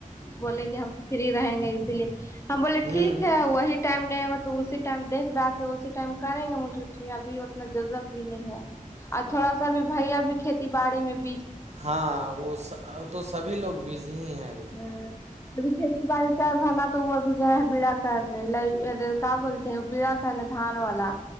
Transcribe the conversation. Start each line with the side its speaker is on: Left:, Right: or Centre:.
Left: بولے کی ہم فری رہیں گے اسی لیے ہم بولے
Right: ہوں
Left: ٹھیک ہے وہی ٹائم نہیں ہوا تو اسی ٹائم دیکھ رہا کے اسی ٹائم کریں گے منہ جھوٹی ابھی اتنا ضرورت بھی نہیں ہے آ اور تھوڑا سا بھی بھیا بھی کھیتی باڑی میں بھی
Right: ہاں وہ تو سبھی لوگ بزی ہی ہیں ابھی
Left: ہمم ابھی کھیتی باڑی چل رہ نا تو وہ ابھی گیے بیڑا کرنے لئی کیا بولتے ہیں بیڑا کرنے دھان والا